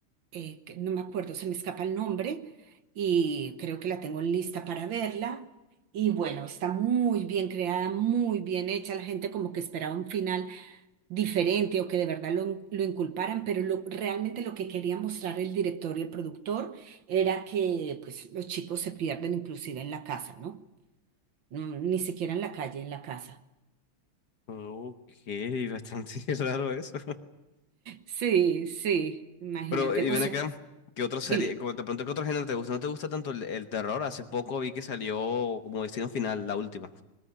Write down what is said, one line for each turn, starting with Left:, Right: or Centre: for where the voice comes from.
Right: eh, que no me acuerdo, se me escapa el nombre y creo que la tengo lista para verla. Y bueno, está muy bien creada, muy bien hecha. La gente como que esperaba un final diferente o que de verdad lo, lo inculparan, pero lo- realmente lo que quería mostrar el director y el productor era que pues los chicos se pierden inclusive en la casa, ¿no? No, ni siquiera en la calle, en la casa.
Left: Ok, bastante <laughs> raro eso.
Right: Sí, sí, imagínate,
Left: Pero, y
Right: o
Left: ven
Right: sea,
Left: acá, ¿qué otra serie,
Right: dime,
Left: como de pronto qué otro género te gusta? ¿No te gusta tanto el, el terror? Hace poco vi que salió como Destino Final, la última.